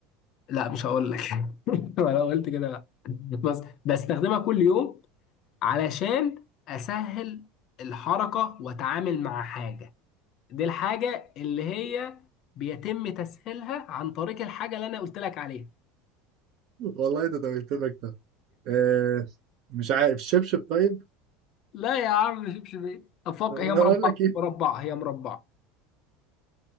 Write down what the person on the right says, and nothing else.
والله ده توهتمك ده آه مش عارف الشبشب طيب
اقول
لك ايه